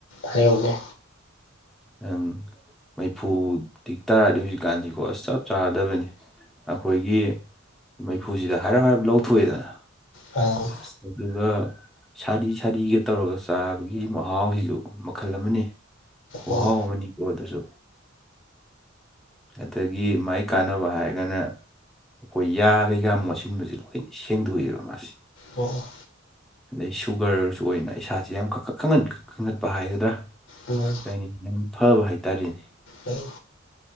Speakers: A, on the left (about 65°); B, in the centre.
A: ꯍꯥꯏꯌꯨꯅꯦ
B: ꯑꯪ ꯃꯩꯐꯨ ꯇꯤꯛ ꯇꯥꯔꯗꯤ ꯍꯧꯖꯤꯛꯀꯥꯟꯁꯤꯀꯣ ꯑꯁ ꯆꯞ ꯆꯥꯔꯗꯕꯅꯤ ꯑꯈꯣꯏꯒꯤ ꯃꯩꯐꯨꯁꯤꯗ ꯍꯥꯏꯔꯞ ꯍꯥꯏꯔꯞ ꯂꯧꯊꯣꯛꯑꯦꯗꯅ
A: ꯑ
B: ꯑꯁ ꯑꯗꯨꯒ ꯁꯥꯔꯤ ꯁꯥꯔꯤꯒ ꯇꯧꯔꯒ ꯆꯥꯕꯒꯤ ꯃꯍꯥꯎꯁꯤꯁꯨ ꯃꯈꯜ ꯑꯃꯅꯤ ꯈꯨꯍꯥꯎ
A: ꯑꯣ
B: ꯑꯃꯅꯤꯀꯣ ꯑꯗꯨꯁꯨ ꯑꯗꯒꯤ ꯃꯥꯏ ꯀꯥꯟꯅꯕ ꯍꯥꯏꯔꯒꯅ ꯑꯈꯣꯏ ꯌꯥꯒ ꯌꯥꯝ ꯃꯣꯠꯁꯤꯟꯕꯁꯦ ꯂꯣꯏꯅ ꯁꯦꯡꯗꯣꯛ ꯑꯦꯕ ꯃꯥꯁꯦ
A: ꯑꯣ
B: ꯑꯗꯩ ꯁꯨꯒꯔꯁꯨ ꯑꯣꯏꯅ ꯏꯁꯥꯥꯁꯦ ꯌꯥꯝ ꯀꯅꯈꯠ ꯈꯪ ꯀꯟ ꯀꯟꯈꯠꯄ ꯍꯥꯏꯒꯗ꯭ꯔꯥ
A: ꯑꯣ
B: ꯂꯥꯏꯅꯤꯡ ꯌꯥꯝ ꯐꯕ ꯍꯥꯏꯇꯥꯔꯦꯅꯦ
A: ꯑꯣ